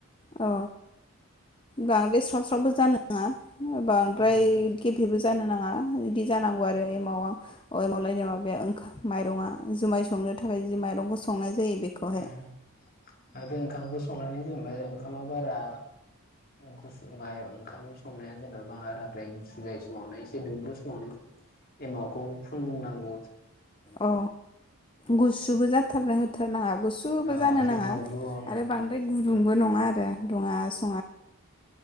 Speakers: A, on the left (about 25°); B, on the left (about 40°).
A: अ बांद्राय स्राव स्रावबो जानो नाङा बांद्राय
B: माथो
A: गेफे जानो नाङा बिदि जानांगौ आरो एमावआ ओ एमावलायनो माबाया ओंखा माइरंआ जुमाय संनो थाखाय जि माइरंखौ संनाय जायो बेखौहाय
B: ओं आरो ओंखामखौ संनानै जों बे ओंखामा बारा गुसु माइ ओंखाम संनाया जेनेबा बाराद्राय गुसु जायै समावनो एसे दुंब्रुद समावनो एमावखौ फुननांग
A: अ गुसुबो ज <inaudible> जाथारनो होथारनो नाङा। <inaudible> गुसुबो
B: औ
A: जानो
B: एसे
A: नाङा
B: दुंब्रुआवनो
A: आरो बांद्राय गुदुंबो नङा आरो दुङा सु